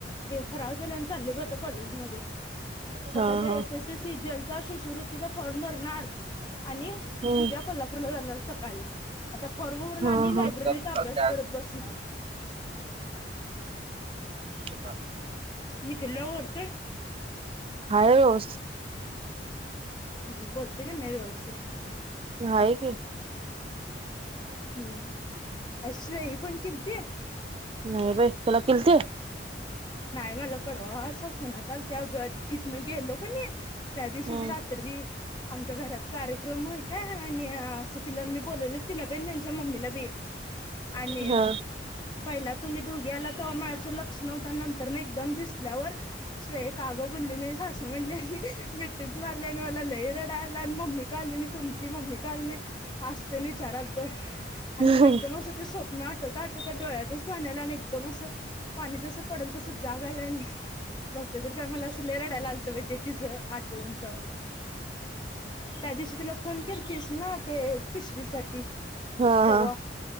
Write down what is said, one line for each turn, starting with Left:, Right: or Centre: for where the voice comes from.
Left: फराळ केलोय चालले ब आता कॉलेज मध्ये
Right: हा
Left: आता ते
Right: हा
Left: एस एसी सीजीएलचा शिशवृत्तीचा फॉर्म भरणार आणि
Right: हम्म
Left: उद्या कोल्हापूरला जाणार सकाळी आता फॉर्म भरून
Right: हा
Left: आणि लायब्ररीचा
Right: हा
Left: अभ्यास करत बसणार.
Right: का आपला
Left: निकल्या बोलतोय.
Right: हाय व्यवस्थित
Left: ह बोलतोय का नाय व्यवस्थित?
Right: नाही की.
Left: हम्म. काय श्रेयी फोन केलती?
Right: नाही बाई तुला केलती?
Left: नाही मला परवा पुण्यात आलती अगं तिथन गेलो का नाय त्या दिवशीच
Right: हम्म
Left: रात्री आमच्या घरात कार्यक्रम आहे का आणि असं तिला मी बोलवलं तिला पण त्यांच्या मम्मीला भी. आणि.
Right: हा
Left: पहिला तुम्ही दोघी आला तवा माझं लक्ष लक्ष नव्हतं नंतर न एकदम दिसल्यावर श्रेय काग बुली नयस असं म्हणली मिठीच मारली आणि मला लई रडायला आल आणि मम्मी का आली तुमची मम्मी का आली नय आस विचारतो आणि मला
Right: हम्म
Left: एकदम असं स्व नाटत आटत डोळ्यातच पानी आल आणि एकदम असं पाणी जसं पडेल तसं जाग आलं आणि बघत तर काय मला असं लई रडायला अलत बाई ते तिचं आ <unintelligible> त्या दिवशी तुला फोन केल तीस ना ते पिशवी साठी
Right: हा
Left: तव्हा
Right: हा